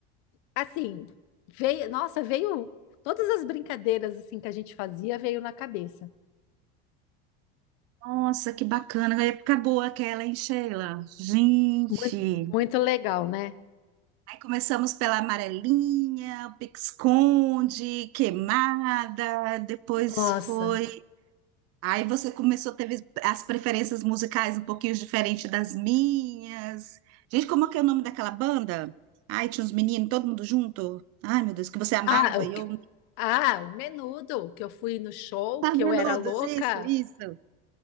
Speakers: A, on the left (about 65°); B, on the right (about 55°).
A: Assim, veio, nossa, veio todas as brincadeiras assim que a gente fazia veio na cabeça.
B: Nossa, que bacana. A época boa aquela, hein, Sheila? Gente.
A: Muito, muito legal, né?
B: Aí começamos pela amarelinha, pique-esconde, queimada, depois
A: Nossa.
B: foi. Aí você começou, teve as preferências musicais um pouquinho diferentes das minhas. Gente, como é que é o nome daquela banda? Ai, tinha uns meninos, todo mundo junto. Ai, meu Deus, que você amava
A: Ah,
B: e eu.
A: Ah, o Menudo, que eu fui no show,
B: Ah,
A: que
B: menudos,
A: eu era louca.
B: isso, isso.